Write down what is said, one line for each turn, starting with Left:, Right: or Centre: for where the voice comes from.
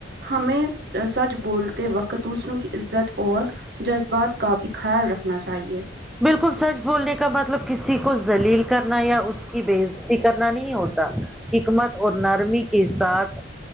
Right: ہمیں سچ بولتے وقت دوسروں کی عزت اور جذبات کا بھی خیال رکھنا چاہیے
Centre: بالکل سچ بولنے کا مطلب کسی کو ذلیل کرنا یا اس کی بے عزتی کرنا نہیں ہوتا حکمت اور نرمی کے ساتھ